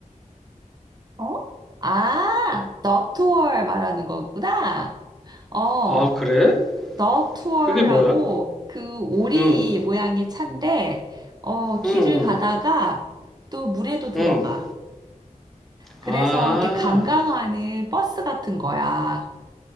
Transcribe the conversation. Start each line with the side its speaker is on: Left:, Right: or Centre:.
Right: 어? 아, 덕 투어 말하는 거구나. 어,
Centre: 아, 그래?
Right: 덕 투어라고
Centre: 그게 뭐야?
Right: 그 오리
Centre: 응,
Right: 모양의 차인데, 어, 길을
Centre: 응,
Right: 가다가 또 물에도 들어가.
Centre: 응, 응.
Right: 그래서
Centre: 아,
Right: 이렇게 관광하는 버스 같은 거야.